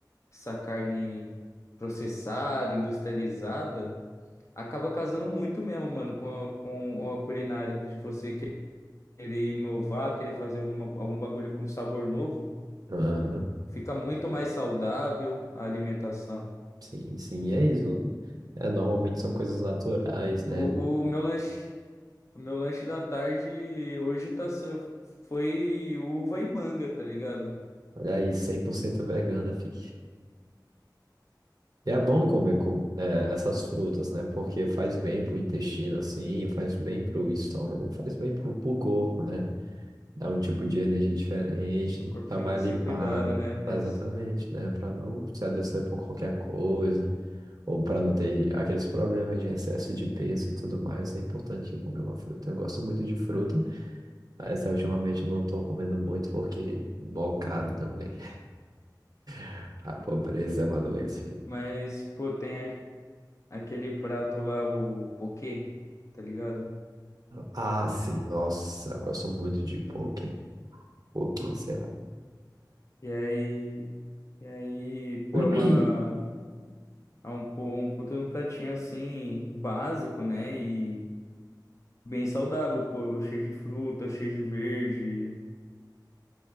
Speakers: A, on the left; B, on the right.
A: essa carne processada, industrializada, acaba casando muito mesmo, mano, com a, com a culinária. De você querer inovar, querer fazer alguma, algum bagulho com sabor novo,
B: Aham.
A: fica muito mais saudável a alimentação.
B: Sim, sim, e é isso. É, normalmente são coisas naturais, né?
A: O, o meu lanche, o meu lanche da tarde hoje tá, se- foi uva e manga, tá ligado?
B: Olha aí, 100% vegana, fi. E é bom comer com, é, essas frutas, né? Porque faz bem pro intestino, assim, faz bem pro estômago, faz bem pro, pro corpo, né? Dá um tipo de energia diferente,
A: Seu corpo
B: tá
A: tem
B: mais
A: que ser
B: limpada,
A: cuidado, né, parça?
B: É, exatamente, né? Pra não se adoecer por qualquer coisa, ou pra não ter aqueles problemas de excesso de peso e tudo mais. É importante comer uma fruta. Eu gosto muito de fruta. Mas ultimamente eu não tô comendo muito porque mó caro também. <laughs> A pobreza é uma doença, filho.
A: Mas, pô, tem, aquele prato lá, o poquê, tá ligado?
B: Ah, sim, nossa, eu gosto muito de poke. Poke, sei lá.
A: E aí, e aí, pô,
B: <clears throat>
A: é uma, é um, pu- um puta de um pratinho assim, básico, né? E bem saudável, pô, cheio de fruta, cheio de verde.